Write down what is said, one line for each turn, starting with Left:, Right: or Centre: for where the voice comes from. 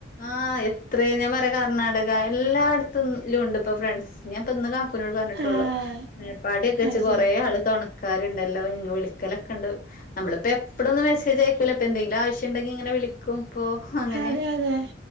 Left: ആഹ് എത്ര ഞാൻ പറയാ കർണാടക എല്ലാട്ത്തിലുംണ്ട് പ്പൊ ഫ്രണ്ട്സ് ഞാൻ പ്പന്ന് കാക്കുനോട് പർഞ്ഞ്ട്ടൊള്ളൂ
Right: ആഹ്
Left: മേപ്പാടി ഒക്കെ
Right: അത്
Left: ച്ച് കൊറേ
Right: ശരി
Left: ആള് തൊണ ക്കാര്ണ്ടല്ലോ നിങ്ങൾ വിളിക്കലൊക്കെ ഇണ്ട് നമ്മളിപ്പോ എപ്പളൊന്നും മെസേജയൂക്കല്ല ഇപ്പൊ എന്തങ്കിലും ആവശ്യണ്ടെങ്കിൽ ഇങ്ങനെ വിളിക്കു ഇപ്പൊ അങ്ങനെ
Right: അതെ അതെ